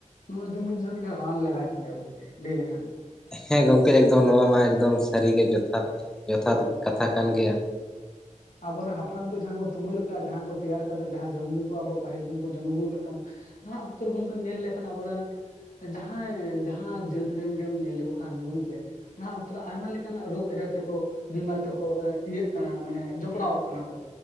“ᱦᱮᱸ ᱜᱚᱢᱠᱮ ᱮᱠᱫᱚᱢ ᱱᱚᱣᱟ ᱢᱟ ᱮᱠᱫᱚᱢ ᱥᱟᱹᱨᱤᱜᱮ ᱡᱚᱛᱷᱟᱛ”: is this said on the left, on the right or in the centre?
Centre